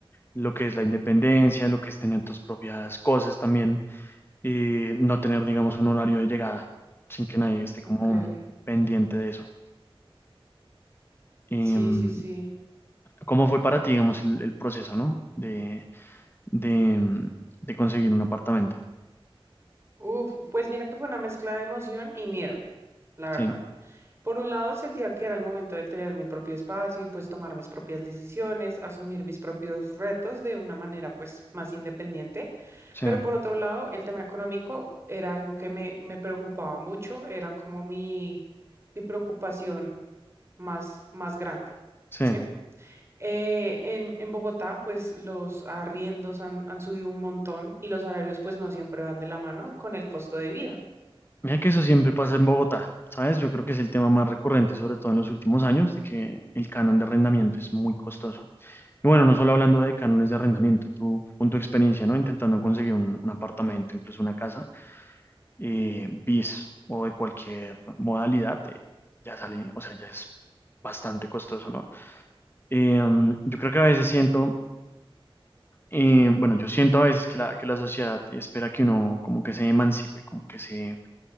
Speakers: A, on the left; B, on the right.
A: lo que es la independencia, lo que es tener tus propias cosas también y no tener, digamos, un horario de llegada sin que nadie esté
B: Okay.
A: como pendiente de eso. Eh,
B: Sí,
A: mm,
B: sí, sí.
A: ¿cómo fue para ti, digamos, el, el proceso, ¿no? De, de, mm, de conseguir un apartamento.
B: Uf, pues mira que fue una mezcla de emoción y miedo, la verdad.
A: Sí,
B: Por un lado, sentía que era el momento de tener mi propio espacio y pues tomar mis propias decisiones, asumir mis propios retos de una manera pues más independiente.
A: sí,
B: Pero por otro lado, el tema económico era algo que me, me preocupaba mucho, era como mi, mi preocupación más, más grande,
A: sí.
B: ¿sí? Eh, en, en Bogotá, pues los arriendos han, han subido un montón y los salarios pues no siempre van de la mano con el costo de vida.
A: Mira que eso siempre pasa en Bogotá, ¿sabes? Yo creo que es el tema más recurrente, sobre todo en los últimos años, de que el canon de arrendamiento es muy costoso. Y bueno, no solo hablando de cánones de arrendamiento, tú con tu experiencia, ¿no? Intentando conseguir un, un apartamento, incluso una casa, eh, bis o de cualquier modalidad, eh, ya sale, o sea, ya es bastante costoso, ¿no? Eh, um, yo creo que a veces siento, eh, bueno, yo siento a veces que la, que la sociedad espera que uno como que se emancipe, como que se